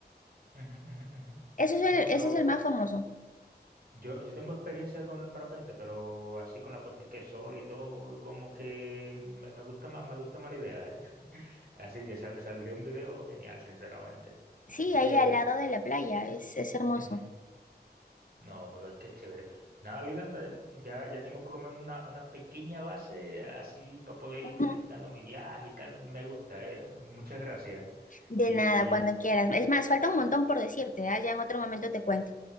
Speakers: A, on the right; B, on the left.
A: Ujú, ujú, ujú.
B: Eso es el,
A: No, pero
B: ese es el más famoso.
A: yo, yo tengo experiencia con el parapente, pero así con la puestica de sol y todo, como que me, me gusta más, me gusta más la idea, ¿eh? <laughs> Así que sal- saldría un video genial, sinceramente.
B: Sí, ahí
A: Oye,
B: al lado de la playa, es, es hermoso.
A: ujú. No, pero qué chévere. Nada, Lidanda, ya, ya tengo por lo menos una, una pequeña base así para poder
B: Ujú.
A: ir planificando mi viaje y tal. Me gusta, ¿eh? Muchas gracias.
B: De
A: Y
B: nada, cuando quieras. Es más, falta un montón por decirte, ¿ah? Ya en otro momento te cuento.